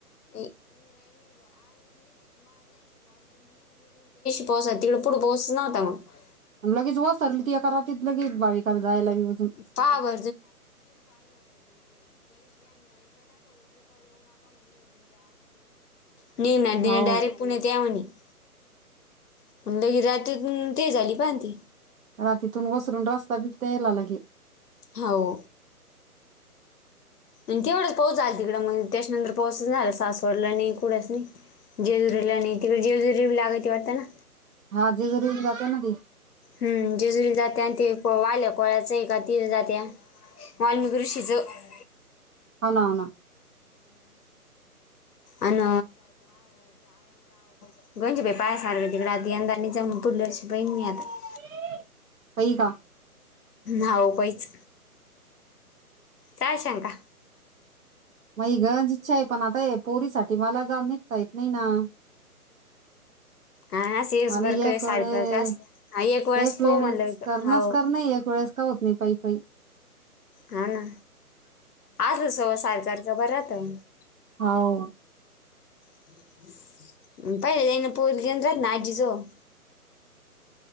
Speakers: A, on the left; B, on the right.
A: <unintelligible> <unintelligible> पो तिकडे पुढे पोचव्हता मग <unintelligible>
B: लगेच वसरली ती एका रातीत <unintelligible> लगेच बाविकाला जायला बी वजून
A: <unintelligible> <unintelligible> म्हडळा निघणार दि
B: हो
A: डयरेक्ट पुणे ते म्ह आणि <unintelligible> <unintelligible> ती.
B: हा तिथून वसरून रस्ता बिटता यायला लागे. <unintelligible>
A: हाऊ. आणि तेवढंच पाऊोच झाल तिकडं मग त्याच्यानंतर पाोच झाला सासवडला नाही कुठेच नाही. <unintelligible> <unintelligible> वाटते ना.
B: हा जेजूरीला जाते ना ती.
A: हम्म जिजुरी जाते आणि ते वाल्या <unintelligible> आहे का जात्या. वाल्मिकी रूशीच <unintelligible>
B: हाव ना हा ना.
A: अन <unintelligible> गोंचे पायसारखं तिकडे आता यंदा नि जा पुटलं अस बईन मी आता <unintelligible>
B: <unintelligible> <unintelligible>
A: हा उपायच काय शंका?
B: मग गरंज इच्छा आहे पण आता पोरी साठी मला जा निघता येत नाही ना. <inaudible>
A: आणि असं
B: मला
A: बरं काही
B: एक
A: सारखं
B: वेळे
A: असलं हा वेळेस
B: एक
A: पाहू
B: वेळे
A: म्हणलं
B: करणच
A: हो
B: कर नाही एक वेळेस <unintelligible> <unintelligible> पाई पाई.
A: हा ना आजस सायकारचं बरंत <unintelligible>
B: हाव.
A: <unintelligible> आजीचं.